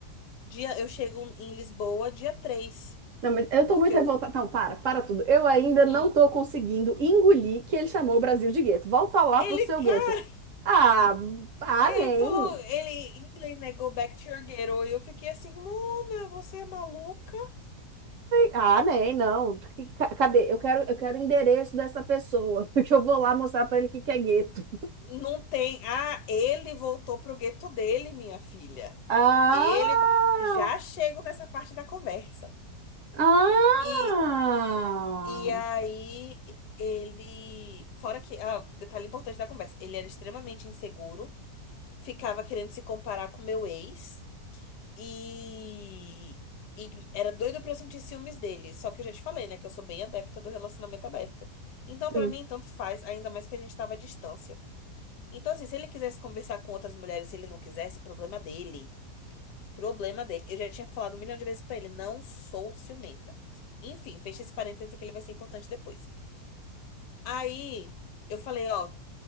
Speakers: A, on the left; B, on the right.
A: Dia, eu chego em Lisboa dia 3
B: Não, mas eu
A: porque
B: tô muito revoltada.
A: eu.
B: Não, para, para tudo. Eu ainda não
A: Hum.
B: tô conseguindo engolir que ele chamou o Brasil de gueto. Volta lá
A: Ele,
B: pro seu
A: cara,
B: gueto. Ah, ah,
A: ele
B: nem.
A: falou, ele em inglês, né? Go back to your ghetto. E eu fiquei assim, Luna, você é maluca?
B: Ah, nem, não. Ca- Cadê? Eu quero, eu quero o endereço dessa pessoa, <laughs> que eu vou lá mostrar pra ele o que que é gueto.
A: Não tem. Ah, ele voltou pro gueto dele, minha filha.
B: Ah!
A: Ele. Já chego nessa parte da conversa.
B: Ah!
A: E, e aí, ele. Fora que. Ah, detalhe importante da conversa. Ele era extremamente inseguro, ficava querendo se comparar com meu ex. E, e era doida pra eu sentir ciúmes dele. Só que eu já te falei, né? Que eu sou bem adepta do relacionamento aberto. Então, pra
B: Sim.
A: mim, tanto faz, ainda mais que a gente tava à distância. Então, assim, se ele quisesse conversar com outras mulheres, se ele não quisesse, problema dele. Problema dele. Eu já tinha falado um milhão de vezes pra ele, não sou ciumenta. Enfim, fecha esse parêntese que ele vai ser importante depois. Aí, eu falei, ó,